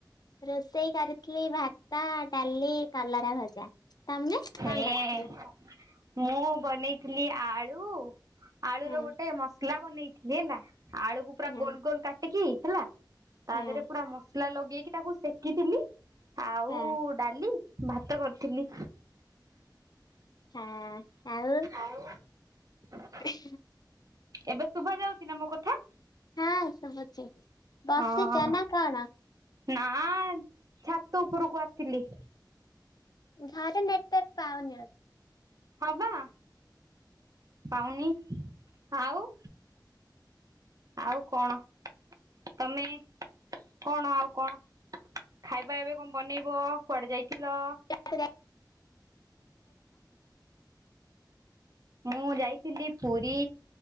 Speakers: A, on the left (about 55°); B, on the right (about 50°).
A: ରୋଷେଇ କରିଥିଲି ଭାତ ଡାଲି କଲରା ଭଜା। ତମେ
B: ହେଁ
A: କଣ କରିଥିଲ?
B: ମୁଁ ବନେଇଥିଲି ଆଳୁ। ଆଳୁର
A: ହଁ
B: ର ଗୋଟେ ମସଲା ବନେଇଥିଲି ହେଲା ଆଳୁକୁ ପୁରା
A: ହଁ
B: ଗୋଲ ଗୋଲ କାଟିକି ହେଲା। ତା
A: ହଁ
B: ଉପରେ ପୁରା ମସଲା ଲଗେଇକି ତାକୁ ସେକିଥିଲି ଆଉ
A: ହଁ
B: ଡାଲି ଭାତ କରିଥିଲି।
A: ହଁ ଆଉ।
B: ହଉ <inaudible>
A: ହ <inaudible>
B: ଏବେ ଶୁଭା ଯାଉଛି ନା ମୋ କଥା?
A: ହଁ ଶୁଭୁଛିି ବାସୁଛ
B: ହଁ
A: ନା କଣ?
B: ନା ଛାତ ଉପରକୁ ଆସିଲି।
A: ଘରେ ନେଟୱର୍କ ପାଉନି।
B: ହ୍ୟାଲୋ। ପାଉନି ଆଉ ଆଉ କଣ? ତମେ କଣ ଆଉ କଣ? ଖାଇବା ଏବେ କଣ ବନେଇବ କୁଆଡ଼େ ଯାଇଥିଲ?
A: ବୋଧେ।
B: ମୁଁ ଯାଇଥିଲି ପୁରୀ।